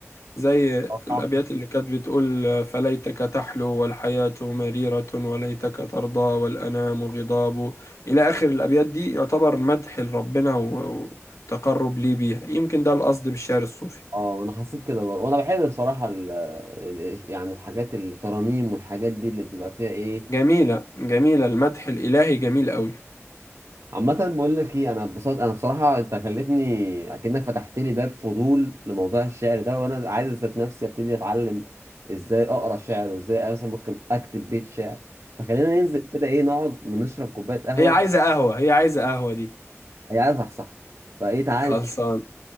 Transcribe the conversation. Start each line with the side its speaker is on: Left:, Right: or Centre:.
Left: زي
Right: اه
Left: الأبيات اللي كانت بتقول فليتك تحلو والحياة مريرة وليتك ترضى والأنام غضاب إلى آخر الأبيات دي يعتبر مدح لربنا و- وتقرب ليه بيها يمكن ده القصد بالشعر الصوفي
Right: آه، انا حسيت كده برضه وانا بحب بصراحة ال... ال... يعني الحاجات الترانيم والحاجات دي اللي بتبقى فيها ايه
Left: جميلة جميلة المدح الإلهي جميل قوي
Right: عامة بقول لك ايه انا اتبسطت انا بصراحة انت خلتني اكنك فتحت لي باب فضول لموضوع الشعر ده وانا عايز اذات نفسي ابتدي اتعلم ازاي اقرا شعر وازاي مثلا ممكن اكتب بيت شعر فخلينا ننزل كده ايه نقعد ونشرب كوباية قهوة
Left: هي عايزة قهوة هي عايزة قهوة دي
Right: هي عايزة صح صح فايه تعالى
Left: خلصان